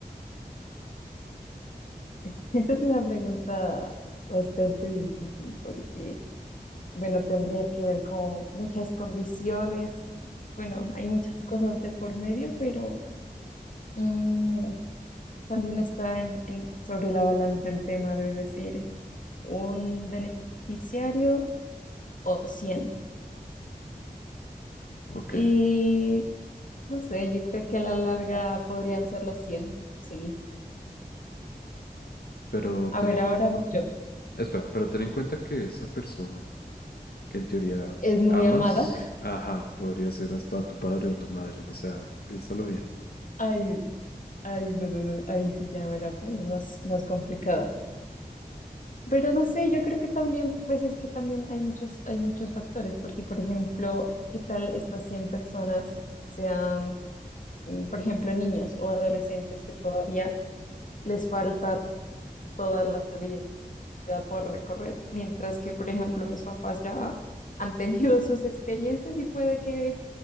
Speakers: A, on the left; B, on the left.
A: <laughs> Esa es una pregunta bastante difícil porque, bueno, tendría que ver con muchas condiciones y, bueno, hay muchas cosas de por medio, pero... Mm, también está en, en- sobre la balanza el tema de decir un beneficiario o cien
B: Ok,
A: Y no sé, yo creo que a la larga podrían ser los cien sí.
B: pero
A: A
B: ten
A: ver,
B: en...
A: ahora voy
B: Ujú.
A: yo.
B: Espera, pero ten en cuenta que esa persona que en teoría
A: Es muy
B: amas,
A: amada.
B: ajá, podría ser hasta tu padre o tu madre, o sea, piénsalo bien,
A: <laughs> Ay, ay, no, no, no, ahí sí ya me la pones más, más complicada. Pero no sé, yo creo que también, pues es que también hay muchos, hay muchos factores, porque por ejemplo, ¿qué tal estas 100 personas? sean mm, por ejemplo, niños o adolescentes que todavía les falta toda la vida por recorrer, mientras que, por ejemplo, mis papás ya han <laughs> tenido sus experiencias y puede que,